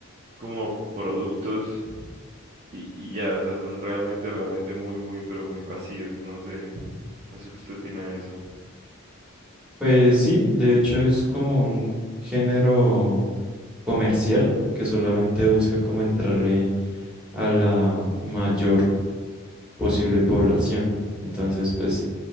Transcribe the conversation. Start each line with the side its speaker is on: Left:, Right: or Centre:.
Right: como productos y, y ya, o sea, son realmente, realmente muy, muy, pero muy vacíos, no sé, no sé qué usted opina de eso.
Centre: Pues sí, de hecho es como un género comercial que solamente busca como entrarle a la mayor posible población. Entonces, pues